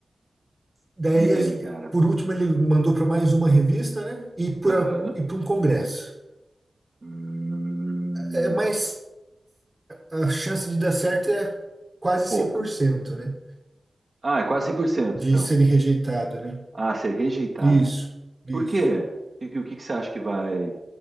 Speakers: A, on the right; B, on the right.
A: daí,
B: E daí,
A: a gente-
B: cara?
A: por último, ele mandou para mais uma revista, né? E para
B: Aham.
A: e para um congresso.
B: Hum,
A: É, mas é, a chance de dar certo é quase
B: é pouco.
A: cem por cento né?
B: Ah, é quase 100%
A: De
B: então.
A: serem rejeitado, né?
B: Ah, ser rejeitado.
A: Isso, isso.
B: Por quê? O que, o que que você acha que vai...